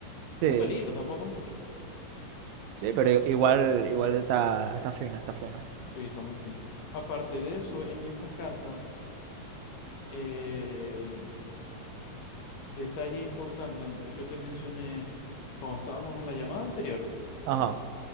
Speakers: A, on the right (about 80°); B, on the left (about 70°).
A: Sí.
B: Un pelito, tampoco mucho.
A: Sí, pero i- igual, igual está, está fino, está fino.
B: Sí, está muy fino. Aparte de eso, en esa casa, eh, detalle importante, en- yo te mencioné, cuando estábamos en la llamada anterior,
A: Ajá.